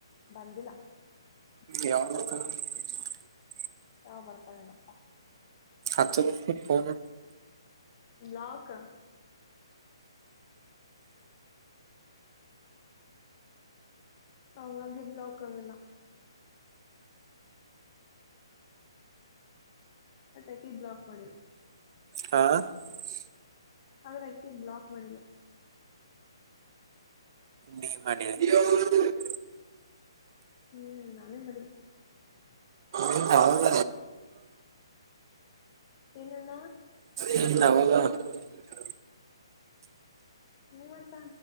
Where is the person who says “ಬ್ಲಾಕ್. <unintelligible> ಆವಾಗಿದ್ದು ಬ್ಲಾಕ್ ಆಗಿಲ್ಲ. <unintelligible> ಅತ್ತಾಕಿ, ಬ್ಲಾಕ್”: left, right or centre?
Left